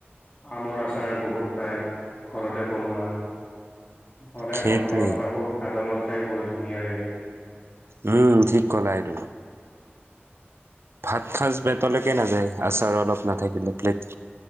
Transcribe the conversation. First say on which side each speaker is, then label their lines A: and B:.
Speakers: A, on the left; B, on the right.
A: আমৰ আচাৰ বহুত পায় ঘৰতে বনোৱা। সদায়
B: সেইটোৱে।
A: ভাতৰ লগত খাব ভাতৰ লগত খাই বৰ ধুনীয়া লাগে।
B: উম', ঠিক কলা এইটো। ভাত সাঁচ পেটলৈকে নাযায় আচাৰ অলপ নাথাকিলে, প্লেট